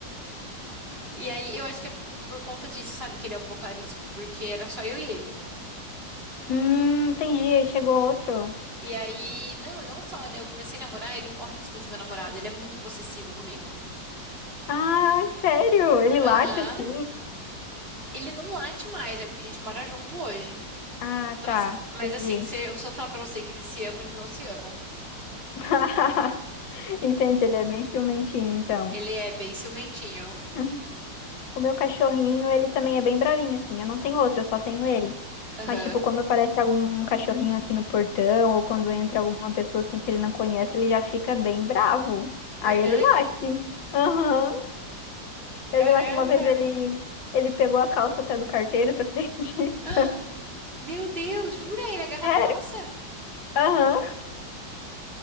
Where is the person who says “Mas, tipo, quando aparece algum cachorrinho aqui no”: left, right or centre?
Left